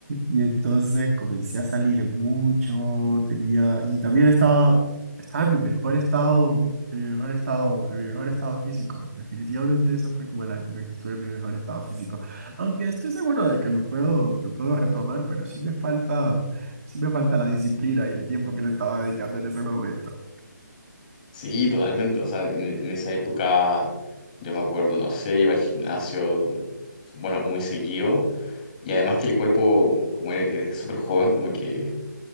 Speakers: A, on the right; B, on the left.
A: Y entonces comencé a salir mucho, tenía, y también estaba, estaba en mi mejor estado, en mi mejor estado, en mi mejor estado físico. Definitivamente esa fue como la época que estuve en mi mejor estado físico. Aunque estoy seguro de que lo puedo, lo puedo retomar, pero sí me falta, sí me falta la disciplina y el tiempo que le estaba dedicando en ese momento.
B: Sí, totalmente. O sea, en, en esa época yo me acuerdo, no sé, iba al gimnasio, bueno, muy seguido. Y además que el cuerpo, como e- eres súper joven, como que